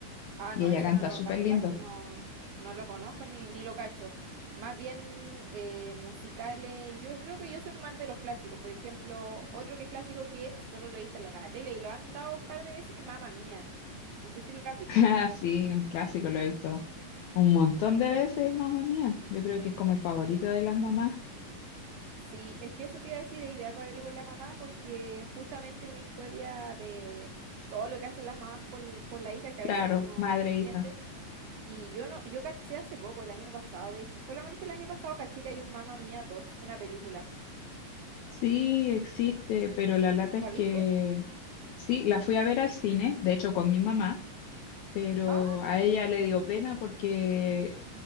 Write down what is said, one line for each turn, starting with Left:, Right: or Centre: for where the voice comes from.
Right: Ah,
Left: Y
Right: no,
Left: ella
Right: ese
Left: canta
Right: no lo,
Left: súper
Right: la verdad
Left: lindo.
Right: es que no, no lo conozco ni, ni lo cacho. Más bien eh, musicales, yo creo que yo soy más de los clásicos. Por ejemplo, otro que es clásico que solo lo he visto en la tele y lo han dado un par de veces, Mamma Mía. No sé si lo has visto.
Left: Ah, sí, un clásico, lo he visto un montón de veces, mamá mía. Yo creo que es como el favorito de las mamás.
Right: Sí, es que eso te iba a decir, es ideal para verlo con la mamá porque justamente una historia de todo lo que hacen las mamás por, por la hija que
Left: Claro,
Right: a veces uno no,
Left: madre,
Right: no entiende.
Left: e hija.
Right: Y yo no, yo caché hace poco, el año pasado, de hecho, solamente el año pasado caché que hay un Mamma Mía dos una película.
Left: Sí, existe, pero la lata es
Right: ¿La
Left: que
Right: viste?
Left: sí, la fui a ver al cine, de hecho con mi mamá, pero
Right: Ah, no
Left: a
Right: tenía.
Left: ella le
Right: idea.
Left: dio pena porque